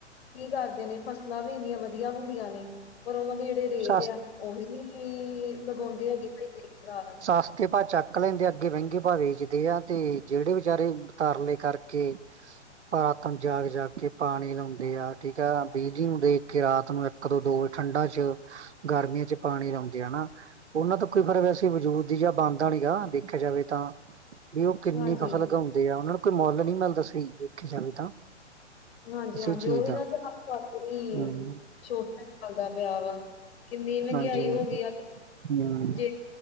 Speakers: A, on the left; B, on the right.
A: ਕੀ ਕਰਦੇ ਨੇ ਫਸਲਾਂ ਵੀ ਇੰਨੀਆਂ ਵਧੀਆ ਹੁੰਦੀਆਂ ਨੇ ਪਰ ਉਹਨਾਂ ਦੇ ਜਿਹੜੇ ਲੇਟ
B: ਸਸ
A: ਆ ਉਹੀ ਨੀ ਲਗਾਉਂਦੇ ਹੈਗੇ ਸਹੀ ਤਰੀਕੇ ਨਾਲ।
B: ਸਸਤੇ ਭਾਅ ਚੱਕ ਲੈਂਦੇ ਅੱਗੇ ਮਹਿੰਗੇ ਭਾਅ ਵੇਚਦੇ ਆ ਤੇ ਜਿਹੜੇ ਵਿਚਾਰੇ ਤਾਰਲੇ ਕਰ ਕੇ, ਪਰ ਰਾਤ ਨੂੰ ਜਾਗ ਜਾਗ ਕੇ ਪਾਣੀ ਲਾਉਂਦੇ ਆ ਠੀਕ ਆ ਬਿਜਲੀ ਨੂੰ ਦੇਖ ਕੇ ਰਾਤ ਨੂੰ ਇੱਕ ਦੋ ਦੋ ਠੰਡਾਂ ਚ ਗਰਮੀਆਂ ਚ ਪਾਣੀ ਲਾਉਂਦੇ ਆ ਨਾ ਉਹਨਾਂ ਤੋਂ ਕੋਈ ਫਰਕ ਵੈਸ ਤੇ ਵਜੂਦ ਦੀ ਜਾਂ ਬਾਂਦਾ ਨੀਗਾ ਦੇਖਿਆ ਜਾਵੇ ਤਾਂ, ਵੀ ਓ ਕਿੰਨੀ
A: ਹਾਂਜੀ,
B: ਫਸਲ ਉਗਾਉਂਦੇ ਆ ਓਨਾਂ ਨੂੰ ਕੋਈ ਮੁੱਲ ਨੀ ਮਿਲਦਾ ਸਹੀ ਵੇਖਿਆ ਜਾਵੇ ਤਾਂ।
A: ਹਾਂਜੀ
B: ਕਿਸੇ
A: ਹਾਂਜੀ।
B: ਚੀਜ਼
A: ਓਹੀ
B: ਦਾ
A: ਨਾ ਏਥੇ <unintelligible> ਤੇ ਹੀ
B: ਹੂੰ
A: ਸ਼ੋਸ਼ਣ ਚੱਲਦਾ ਪਿਆ ਵਾ। ਕਿੰਨੀ ਮਹਿੰਗਾਈ
B: ਹਾਂਜੀ ਹੂੰ
A: ਹੋ ਗਈ ਆ ਤੇ
B: ਹਾਂਜੀ
A: ਜੇ